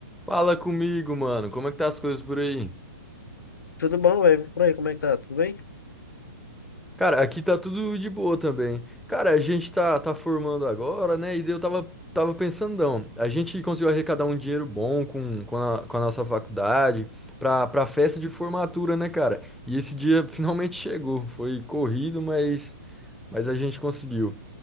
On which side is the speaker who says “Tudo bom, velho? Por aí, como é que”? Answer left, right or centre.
Left